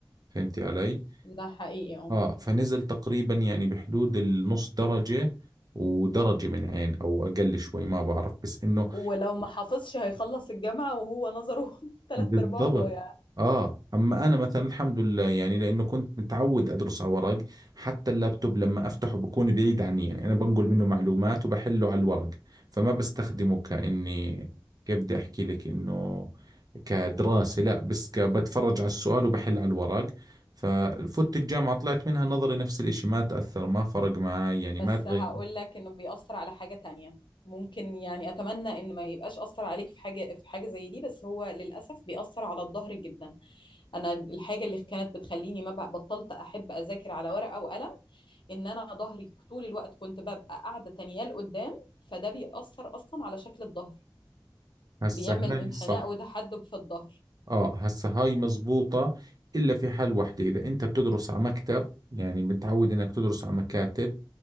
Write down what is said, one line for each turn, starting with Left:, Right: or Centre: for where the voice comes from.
Right: فهمتي علي؟
Left: ده حقيقي اه
Right: آه فنزل تقريبا يعني بحدود النص درجة ودرجة من عين أو أقل شوي ما بعرف بس إنه
Left: ولو ما حافظش هيخلص الجامعة وهو نظره <laughs> تلات
Right: بالضبط
Left: أرباعه ضايع
Right: اه اما انا مثلا الحمد لله يعني لانه كنت متعود ادرس على ورق حتى اللابتوب لما افتحه بكون بعيد عني يعني انا بنقل منه معلومات وبحله على الورق فما بستخدمه كاني كيف بدي احكي لك انه كدراسة لا بس ك- بتفرج على السؤال وبحل على الورق ففوت الجامعة طلعت منها نظري نفس الاشي ما تأثر ما فرق معي يعني
Left: بس
Right: ما تغير
Left: هقول لك إنه بيأثر على حاجة تانية ممكن يعني أتمنى إن ما يبقاش أثر عليك في حاجة في حاجة زي دي بس هو للأسف بيأثر على الظهر جدا أنا الحاجة اللي كانت بتخليني ما بق- بطلت أحب أذاكر على ورقة وقلم ان انا ظهري طول الوقت كنت ببقى قاعده تانية لقدام فده بيأثر اصلا على شكل الظهر
Right: هسه
Left: بيعمل
Right: هاي
Left: انحناء
Right: صح
Left: وتحدب في الظهر
Right: اه هسه هاي مزبوطة الا في حال واحدة اذا انت بتدرس على مكتب يعني متعود انك تدرس على مكاتب